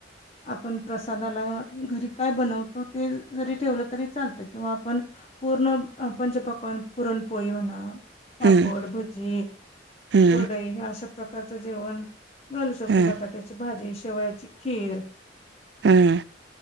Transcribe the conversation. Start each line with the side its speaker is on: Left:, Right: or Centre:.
Left: आपण प्रसादाला घरी काय बनवतो ते, जरी ठेवलं तरी चालतं किंवा आपण- पूर्ण पंचपक्वान पुरणपोळी म्हणा- पापड,
Right: हम्म
Left: भजी,
Right: हम्म
Left: कुरडई
Right: हम्म
Left: हे अशा प्रकारचं जेवण- घालू शकतो,
Right: हम्म
Left: बटाट्याची भाजी, शेवयाची खीर-
Right: हं,